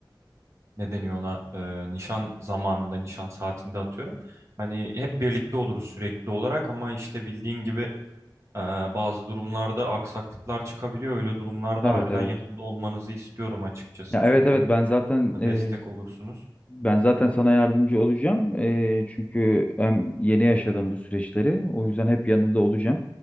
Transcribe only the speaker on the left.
Evet
evet.
Ya
evet evet ben zaten e,
ben zaten sana yardımcı olacağım. E, çünkü hem yeni yaşadım bu süreçleri. O yüzden hep yanında olacağım.